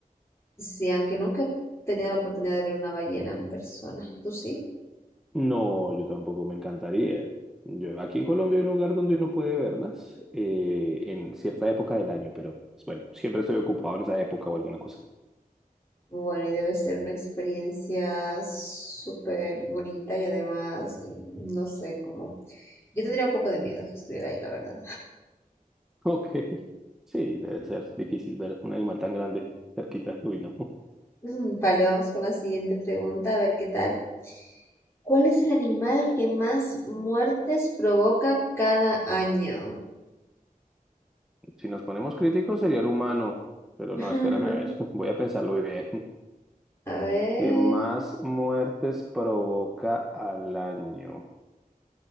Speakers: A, on the left; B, in the centre.
A: sí, aunque nunca he tenido la oportunidad de ver una ballena en persona. ¿Tú sí?
B: No, yo tampoco me encantaría. Yo, aquí en Colombia hay un lugar donde uno puede verlas eh, en cierta época del año, pero pues, bueno, siempre estoy ocupado en esa época o alguna cosa.
A: Bueno, y debe ser una experiencia súper bonita y además, mm, no sé, como... Yo tendría un poco de miedo si estuviera ahí, la verdad.
B: Ok, sí, debe ser difícil ver un animal tan grande cerquita. Uy, no.
A: <laughs> Vale, vamos con la siguiente pregunta, a ver qué tal. ¿Cuál es el animal que más muertes provoca cada año?
B: Si nos ponemos críticos sería el humano, pero
A: <laughs>
B: no, espérame a ver, <laughs> voy a pensarlo bien.
A: A ver,
B: ¿Qué más muertes provoca al año?